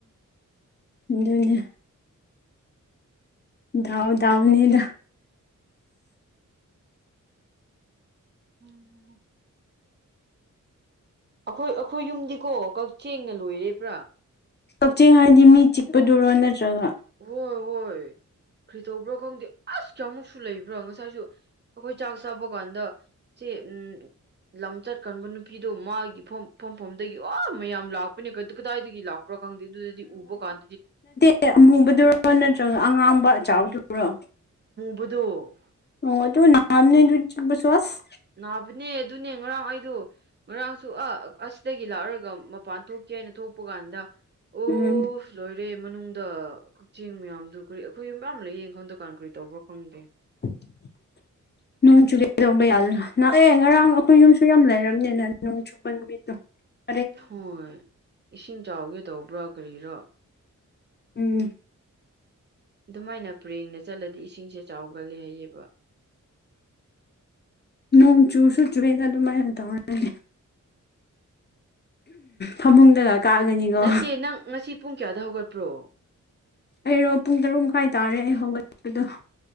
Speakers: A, on the left; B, on the right.
A: ꯎꯝꯖꯗꯤ ꯗꯥꯎ ꯗꯥꯎꯅꯤꯗ
B: ꯎꯝ ꯑꯩꯈꯣꯏ ꯑꯩꯈꯣꯏ ꯌꯨꯝꯗꯤꯀꯣ ꯀꯛꯆꯦꯡꯅ ꯂꯣꯏꯔꯦꯕ꯭ꯔꯥ
A: ꯀꯛꯆꯤꯡ ꯍꯥꯏꯗꯤ ꯃꯤ ꯆꯤꯛꯄꯗꯨꯔꯣ ꯅꯠꯇ꯭ꯔꯒ
B: ꯍꯣꯏ ꯍꯣꯏ ꯈ꯭ꯔꯤ ꯇꯧꯕ꯭ꯔꯣ ꯈꯪꯗꯦ ꯑꯁ ꯀꯌꯥꯃꯨꯛꯁꯨ ꯂꯩꯕ꯭ꯔꯥ ꯉꯁꯥꯏꯁꯨ ꯈꯣꯏ ꯆꯥꯛ ꯆꯕ ꯀꯟꯗ ꯁꯤ ꯎꯝ ꯂꯝ ꯆꯠꯀꯟꯕ ꯅꯨꯄꯤꯗꯣ ꯃꯥꯒꯤꯐꯝ ꯐꯐꯝꯐꯝꯗꯒꯤ ꯑꯣ ꯃꯌꯥꯝ ꯂꯥꯛꯄꯅꯦ ꯀꯗꯥꯏꯗꯒꯤ ꯂꯥꯛ ꯎ ꯈꯪ ꯑꯗꯨꯗꯨꯗꯤ ꯎꯕꯣ ꯀꯥꯟ
A: ꯑꯦ ꯑꯃꯨꯕꯗꯨꯔꯣ ꯅꯠꯇ꯭ꯔꯒ ꯑꯉꯥꯡꯕ ꯑꯆꯥꯎꯗꯨꯔꯣ
B: ꯀꯗꯨ
A: ꯑꯣ ꯑꯗꯨ ꯅꯝꯅꯤꯗꯨ ꯆ ꯁꯋꯥꯁ
B: ꯅꯥꯕꯅꯦ ꯑꯗꯨꯅꯦ ꯉꯔꯥꯡ ꯑꯩꯗꯣ ꯉꯔꯥꯡꯁꯨ ꯑ ꯑꯁꯤꯗꯒꯤ ꯂꯥꯛꯑꯔꯒ ꯃꯄꯥꯟ ꯊꯣꯛꯀꯦ ꯍꯥꯏꯅ ꯊꯣꯛꯄ ꯀꯥꯟꯗ ꯑꯣ
A: ꯎꯝ
B: ꯂꯣꯏꯔꯦ ꯃꯅꯨꯡꯗ ꯀꯛꯆꯤꯡ ꯃꯌꯥꯝꯗꯨ ꯀꯔꯤ ꯑꯩꯈꯣꯏꯁꯨ ꯃꯌꯥꯝ ꯑꯃ ꯂꯩꯌꯦꯡ ꯈꯪꯗꯀꯥꯟ ꯀꯔꯤ ꯇꯧꯕ꯭ꯔꯥ ꯈꯪꯗꯦ
A: <inaudible> ꯅꯣꯡ ꯆꯨꯒꯦꯗꯧꯕ ꯌꯥ ꯅ ꯑꯦ ꯉꯔꯥꯡ ꯑꯩꯈꯣꯏ ꯌꯨꯝꯁꯨ ꯌꯥꯝ ꯂꯩꯔꯝꯅꯤꯅ ꯅꯣꯡ ꯆꯨꯄꯟ <unintelligible>
B: ꯍꯣꯏ ꯏꯁꯤꯡ ꯆꯥꯎꯒꯦ ꯇꯧꯕ꯭ꯔꯥ ꯀꯔꯤꯔꯣ
A: ꯎꯝ
B: ꯑꯗꯨꯃꯥꯏꯅ ꯄꯔꯦꯡꯅ ꯆꯠꯂꯗꯤ ꯏꯁꯤꯡꯁꯦ ꯆꯥꯎꯒꯜꯂꯦ ꯍꯥꯏꯌꯦꯕ
A: ꯅꯣꯡ ꯆꯨꯁꯨ ꯆꯨꯔꯦ ꯑꯗꯨꯃꯥꯏꯅ ꯇꯧꯔꯒ ꯐꯃꯨꯡꯗꯒ ꯀꯥꯒꯅꯤꯀꯣ
B: ꯅꯠꯇꯦ ꯅꯪ ꯉꯁꯤ ꯄꯨꯡ ꯀꯌꯥꯗ ꯍꯧꯒꯠꯄ꯭ꯔꯣ
A: ꯑꯩꯔꯣ ꯄꯨꯡ ꯇꯔꯨꯛ ꯃꯈꯥꯏ ꯇꯥꯔꯦ ꯑꯩ ꯍꯧꯒꯠꯄꯗꯣ